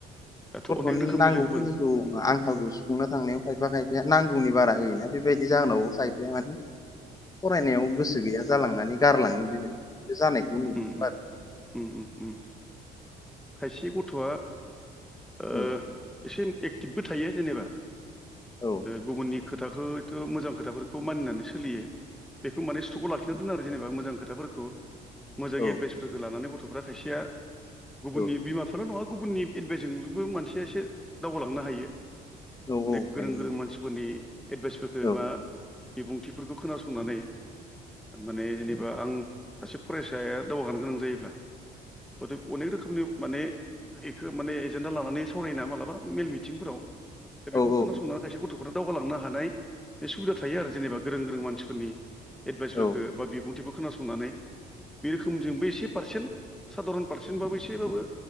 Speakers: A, in the centre; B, on the left.
A: दाथ'
B: गथ'नि
A: अनेक रोखोमनि
B: नांगौखिनिखौ
A: लोगोफोर उम
B: आंखालखौ सुफुंनो थांनायाव खायफा खायफाया नांगौनि बारा होयोना। बेबायदि जाहोनाव थाहैफाया माने फरायनायाव
A: उम
B: गोसो गैया जालांनानै गारलाङो बेबायदि। जानायखौ नुदों
A: उम
B: आरो
A: उम उम खायसे गथ'आ ओ
B: औ
A: एसे एक्टिभबो थायो जेनेबा
B: औ
A: गुबुननि खोथाखौ हयथ' मोजां खोथाफोरखौ मानिनानै सोलियो बेखौ माने स्टकआव लाखिना दोन आरो। जेनेबा मोजां खोथाफोरखौ मोजां
B: औ
A: एडभाइसफोरखौ लानानै गथ'फ्रा खायसेया गुबुननि
B: औ
A: बिमा बिफाल' नङा गुबुननि एडभाइसजोंबो मानसिया एसे दावगालांनो हायो।
B: औ
A: अनेख
B: औ
A: गोरों
B: हायो हायो
A: गोरों मानसिफोरनि एडभाइसफोरखौ
B: औ
A: बा बिबुंथिफोरखौ खोनासंनानै माने जेनेबा आं सासे फरायसा फिसाया दावगागानो गोनां जायोब्ला गथे अनेक रोखोमनि माने बेखौ माने एजेन्डा लानानै सावरायना मालाबा मेल मिथिंफोराव दा बेफोरखौ
B: औ औ
A: खोनासंनानै खायसे गथ'फोरा दावगालांनो हानाय बे सुबिदा थायो आरो जेनेबा गोरों गोरों मानसिफोरनि एडभाइसफोरखौ
B: औ
A: बा बिबुंथिफोर खोनासंनानै बे रोखोमजोंबो एसे पारसेन्ट साधारन पारसेन्टबाबो एसेबाबो